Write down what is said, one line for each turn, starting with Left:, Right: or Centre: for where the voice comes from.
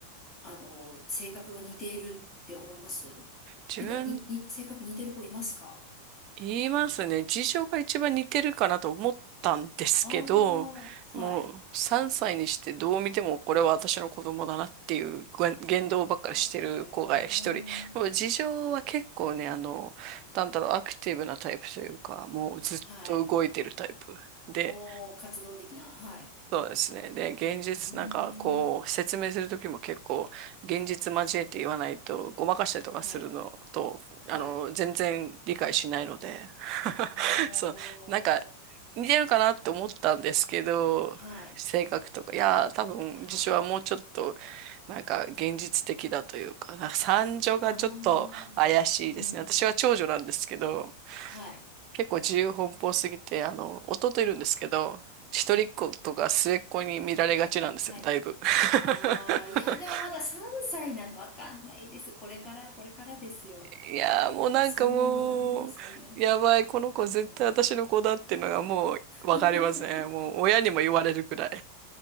Left: あの、性格が似ているって思いますなんか、
Right: 自分
Left: に、に、性格似てる子いますか
Right: 言いますね。事情が一番似てるかなと思ったんですけど、
Left: ああー、
Right: もう3歳にしてどう見てもこれは私の子供だなっていうご言動ばっかりしてる子が一人。
Left: はい。へえ、
Right: もう事情は結構ね、
Left: はい。
Right: あの、なんだろう、アクティブなタイプというか、もうずっと動いてるタイプで、
Left: はい。おー、活動的な、はい。
Right: そうですね。で、現実、
Left: うーん。
Right: なんかこう、説明するときも結構、現実交えて言わないと、ごまかしたりとかするのと、
Left: はい。はい。
Right: あの、全然理解しないので、
Left: ほー。
Right: <laughs> そう、なんか、似てるかなって思ったんですけど、
Left: はい。
Right: 性格とか、いやー、多分、
Left: はい。
Right: 事情はもうちょっと、なんか、現実的だというか、なんか、三女がちょっと怪しいですね。
Left: あー。うんうん。
Right: 私は長女なんですけど、
Left: はい。
Right: 結構自由奔放すぎて、あの、弟いるんですけど、一人っ子とか末っ子に見られがちなんですよ、
Left: はい。
Right: だいぶ。<laughs>
Left: ああ、いや、でもまだ3歳なんてわかんないです。これから、これからですよ。
Right: いやーもうなんかもう、
Left: あ、そうなんですね。
Right: やばい、この子絶対私の子だっていうのがもうわかりますね。
Left: うん、<laughs>
Right: もう親にも言われるくらい。